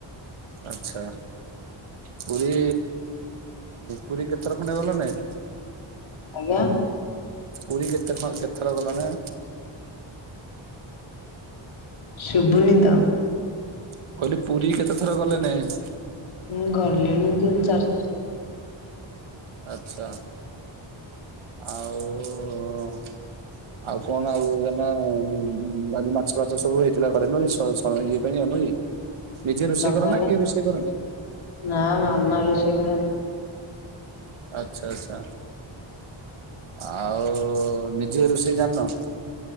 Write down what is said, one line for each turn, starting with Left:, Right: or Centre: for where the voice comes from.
Right: ଆଚ୍ଛା, ପୁରୀ ପୁରୀ କେତେ ଥର ଖଣ୍ଡେ ଗଲ ନାଇଁ?
Left: ଆଜ୍ଞା?
Right: ପୁରୀ କେତେ ଖ କେତେଥର ଗଲଣି?
Left: ଶୁଭୁନି ତ।
Right: ମୁଁ କହିଲି ପୁରୀ କେତେ ଥର ଗଲେନେଇ?
Left: ମୁଁ ଗଲିଣି ତିନି ଚାରି ଥର।
Right: ଆଚ୍ଛା, ଆଉ ଆଉ କଣ ଆଉ ଏଇନା କାଲି ମାଛ ଫାଛ ସବୁ ହେଇଥିଲା ଘରେ ନୁହେଁ କି ସ ହଁ ଇଏ ପାଇଁ ଆଉ ନୁହେଁ କି, ନିଜେ ରୋଷେଇ
Left: ରବିବାରେ
Right: କର ନା କିଏ ରୋଷେଇ କରନ୍ତି?
Left: ନା ମାମା ରୋଷେଇ କରନ୍ତି।
Right: ଆଛା ଆଚ୍ଛା, ଆଉ ନିଜେ ରୋଷେଇ ଜାଣିନ?